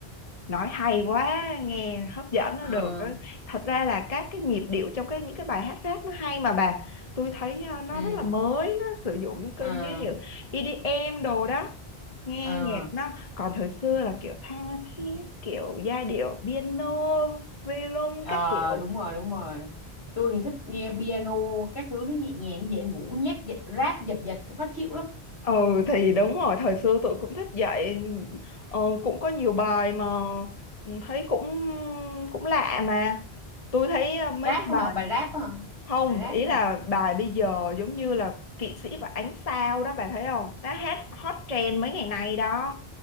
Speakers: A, on the left; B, on the left.
A: nói hay quá nghe hấp dẫn
B: ờ,
A: nó được đó. thật ra là các cái nhịp điệu trong cái những cái bài hát rap nó hay mà bà tôi thấy ờ, nó
B: ừ,
A: rất là mới nó sử dụng những cơn
B: ờ,
A: như như EDM đồ đó nghe
B: ờ,
A: nhạc nó còn thời xưa là kiểu tha thiết kiểu giai điệu piano violon
B: ờ,
A: các kiểu
B: đúng rồi đúng rồi tôi thì thích nghe piano các thứ nó nhẹ nhàng dễ ngủ nhép dệt- rap giật giật khó chịu lắm
A: Ừ thì đúng rồi, thời xưa tụi cũng thích vậy ờ, cũng có nhiều bài mà ừ, thấy cũng cũng lạ mà. Tôi thấy ờ, mấy
B: rap
A: cái
B: hả
A: bài
B: bà rap hả
A: không,
B: bà rap
A: ý
B: hả
A: là bài bây giờ giống như là Kỵ sĩ và ánh sao đó bà thấy không? Đã hát hot trend mấy ngày nay đó.